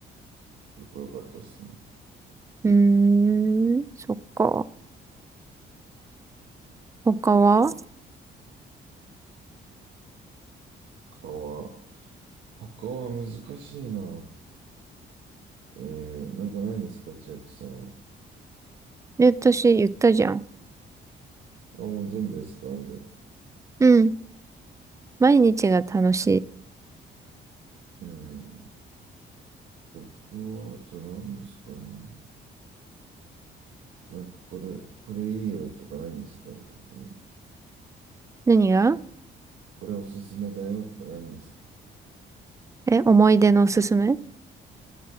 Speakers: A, on the right; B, on the right.
A: 結構良かったですね。
B: うーん、そっか。他は
A: 他は、他は難しいな。えー、なんかないんですか、千秋さんは。
B: え、私言ったじゃん。
A: あ、もう全部ですか、あれで。
B: うん。毎日が楽しい。
A: うん。僕は、あと何ですかね。なんかこれ、これいいよとかないんですか、逆に。
B: 何が
A: これおすすめだよとかないんですか。
B: え、思い出のおすすめ